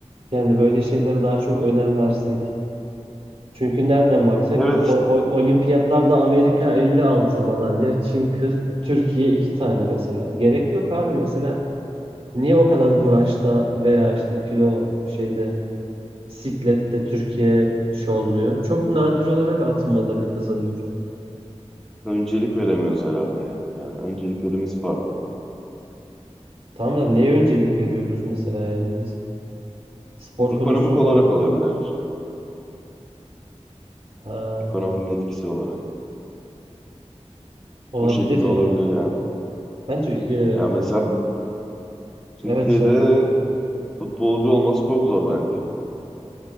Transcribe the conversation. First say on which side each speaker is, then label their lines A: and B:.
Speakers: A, on the right; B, in the centre.
A: Yani böyle şeylere daha çok önem versek. Çünkü nereden baksak
B: Evet
A: o, o- olimpiyatlarda Amerika 56 madalya, Çin 40, Türkiye 2 tane mesela. Gerek yok abi mesela. Niye o kadar branşta veya işte kilo şeyde siklette Türkiye şey olmuyor? Çok nadir olarak altın madalya kazanıyoruz.
B: öncelik veremiyoruz herhalde ya. Yani önceliklerimiz farklı.
A: Tamam da neye öncelik veriyoruz mesela yani biz spor
B: Ekonomik
A: konusunda
B: olarak olabilir.
A: ha,
B: Ekonominin etkisi olarak.
A: olabilir
B: O şekilde
A: ya.
B: olabilir yani.
A: Bence e,
B: Ya mesela Türkiye'de
A: evet söyle.
B: futbolcu olması çok zor bence.